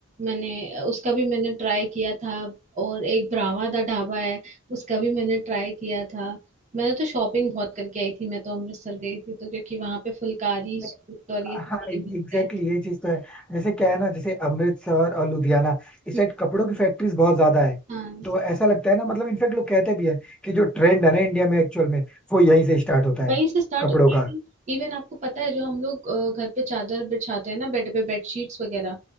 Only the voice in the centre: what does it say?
नहीं,
हाँ
एग्जैक्टली
ये चीज तो है जैसे क्या है ना जैसे अमृतसर और लुधियाना इस
साइड कपड़ों की फैक्ट्रीज बहुत ज्यादा है
तो ऐसा लगता है ना मतलब इनफैक्ट लोग कहते भी हैं कि जो ट्रेंड है ना इंडिया में एक्चुअल में वो यहीं से स्टार्ट होता है
कपड़ों
का